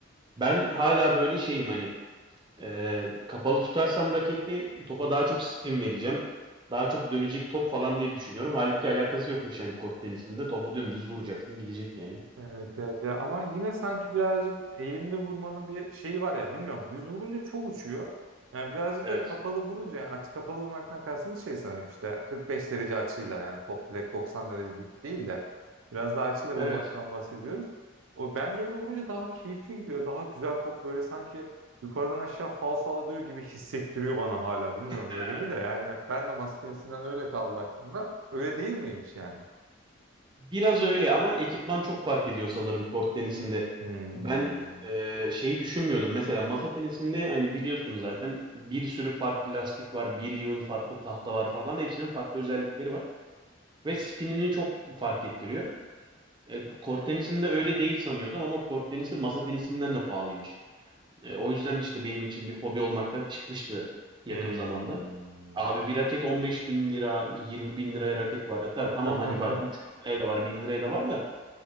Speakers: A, on the right; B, on the right.
A: Ben hala böyle şeyim hani Ee, kapalı tutarsam raketi topa daha çok spin vereceğim. Daha çok dönecek top falan diye düşünüyorum. Halbuki alakası yokmuş yani kort tenisinde. Topu dümdüz vuracaksın gidecek yani.
B: Evet evet ya ama yine sanki birazcık eğimli vurmanın bir şeyi var ya bilmiyorum düz vurunca çok uçuyor. Yani birazcık
A: Evet.
B: da kapalı vurunca yani aç kapalı vurmaktan kastımız şey sanırım işte 45 derece açıyla yani top direkt 90 derece dik değil de biraz daha açıyla vurmaktan
A: Evet.
B: bahsediyoruz. O bence öyle vurunca daha keyifli gidiyor. Daha güzel top böyle sanki yukarıdan aşağı fal sallıyor gibi hissettiriyor bana hala. Bilmiyorum
A: Ya,
B: öyle mi
A: Aynen.
B: de yani ben de masa tenisinden öyle kaldı aklımda. Öyle değil miymiş yani?
A: Biraz öyle ama ekipman çok fark ediyor sanırım kort tenisinde.
B: Hmm.
A: Ben e, şey düşünmüyordum. Mesela masa tenisinde hani biliyorsun zaten bir sürü farklı lastik var, bir yığın farklı tahta var falan. Hepsinin farklı özellikleri var ve spinini çok fark ettiriyor. E, kort tenisinde öyle değil sanıyordum ama kort tenisi masa tenisinden de pahalıymış. E, o yüzden işte benim için bir hobi olmaktan çıkmıştı yakın
B: Hmm.
A: zamanda. Abi bir raket 15 bin lira, 20 bin liraya raket var. E, tabii,
B: <laughs>
A: tamam hani var 3 bin liraya da var, 1000 liraya da var da.